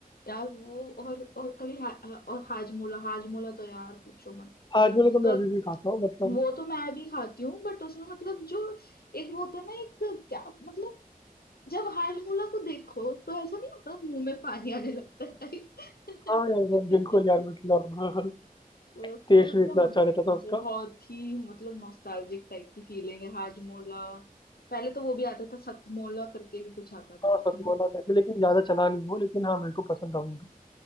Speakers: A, on the left; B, on the left.
A: यार वो और और कभी हा, हा- और हाजमोला हाजमोला तो यार पूछो मत
B: आज वाला
A: मतलब
B: तो मैं अभी भी खाता हूँ मतलब
A: वो तो मैं भी खाती हूँ बट उसमें मतलब जो एक वो होता है ना एक क्या मतलब जब हाजमोला को देखो तो ऐसा नहीं होता मुंह में पानी आने लगता है टाइप
B: हाँ यार वो बिल्कुल यार मतलब
A: <laughs> वो
B: <laughs>
A: तो
B: टेस्ट
A: मतलब
B: भी इतना अच्छा रहता था उसका
A: बहुत ही मतलब नॉस्टैल्जिक टाइप की फीलिंग है हाजमोला पहले तो वो भी आता था सतमोला करके भी कुछ आता था
B: हाँ सतमोला
A: एक है
B: करके लेकिन ज्यादा चला नहीं वो लेकिन हाँ मेरे को पसंद था वो भी